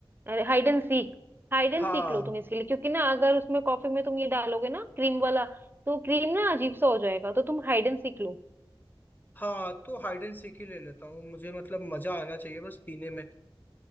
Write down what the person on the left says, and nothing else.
हाँ
हाँ तो हाइड एंड सीक ही ले लेता हूँ मुझे मतलब मजा आना चाहिए बस पीने में